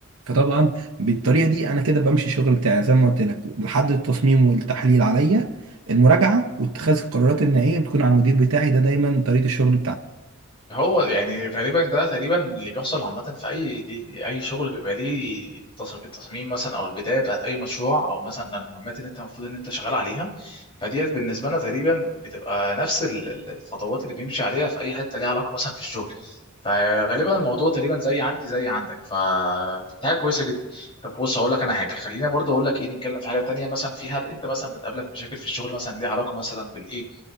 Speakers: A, on the right; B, on the left.
A: فطبعا بالطريقه دي انا كده بمشي الشغل بتاعي زي ما قلت لك لحد التصميم والتحليل عليا المراجعه واتخاذ القرارات النهائيه بتكون على المدير بتاعي ده دايما طريقه الشغل
B: هو يعني غالبا ده تقريبا اللي بيحصل عامه في اي دي اي شغل بيبقى ليه التص- التصميم مثلا او البدايه بتاعت اي مشروع او مثلا المهمات اللي انت المفروض ان انت شغال عليها فديت بالنسبه لنا تقريبا بتبقى نفس ال- ال- الخطوات اللي بيمشي عليها في اي حته ليها علاقه مثلا في الشغل فغالبا الموضوع تقريبا زي عندي زي عندك فبتاعه كويسه جدا طب بص هقول لك انا حاجه خلينا برضه اقول لك ايه نتكلم في حاجه تانيه مثلا في هل انت مثلا بتقابلك مشاكل في الشغل مثلا ليها علاقه مثلا بالايه